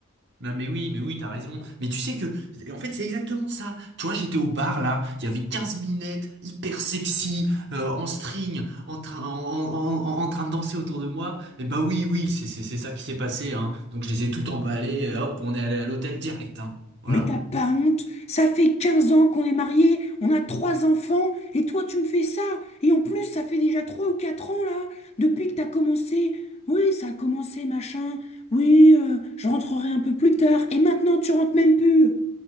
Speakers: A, on the right (about 55°); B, on the left (about 30°).
A: Non mais oui, mais oui, t'as raison. Mais tu sais que, en fait, c'est exactement ça. Tu vois, j'étais au bar là, il y avait 15 minettes hyper sexy, euh, en string, en train, en, en- en- en train de danser autour de moi. Et bah oui, oui, c'est c'est- c'est ça qui s'est passé, hein. Donc je les ai toutes emballées, et hop, on est allé à l'hôtel direct, hein. Voilà.
B: Mais t'as pas honte? Ça fait 15 ans qu'on est mariés, on a trois enfants, et toi tu me fais ça? Et en plus, ça fait déjà trois ou quatre ans là, depuis que t'as commencé. Oui, ça a commencé, machin. Oui, euh, je rentrerai un peu plus tard. Et maintenant, tu rentres même plus.